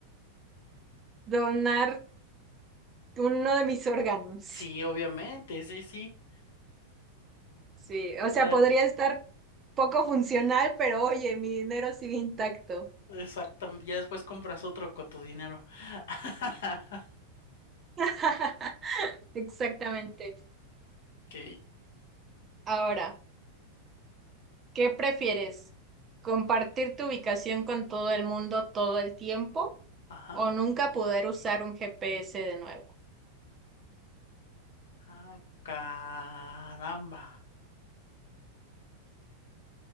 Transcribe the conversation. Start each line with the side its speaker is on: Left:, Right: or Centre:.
Right: donar uno de mis órganos.
Left: Sí, obviamente, sí, sí,
Right: Sí, o
Left: ya,
Right: sea, podría estar poco funcional, pero oye, mi dinero sigue intacto.
Left: exactamente, ya después compras otro con tu dinero. <laughs>
Right: <laughs> Exactamente.
Left: Ok,
Right: Ahora, ¿qué prefieres? ¿Compartir tu ubicación con todo el mundo todo el tiempo
Left: ajá,
Right: o nunca poder usar un GPS de nuevo?
Left: ah, caramba.